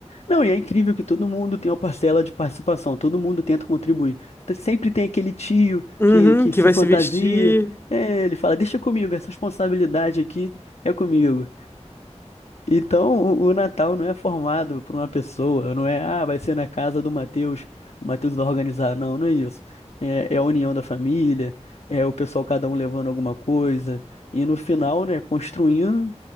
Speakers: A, on the left (about 65°); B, on the left (about 20°).
A: Não, e é incrível que todo mundo tem uma parcela de participação, todo mundo tenta contribuir. Sempre tem aquele tio
B: Uhum,
A: que, que
B: que
A: se
B: vai
A: fantasia.
B: se vestir.
A: é, ele fala, deixa comigo, essa responsabilidade aqui é comigo. Então, o, o Natal não é formado por uma pessoa, não é, ah, vai ser na casa do Matheus, o Matheus vai organizar. Não, não é isso. É, é a união da família, é o pessoal cada um levando alguma coisa, e no final, né, construindo,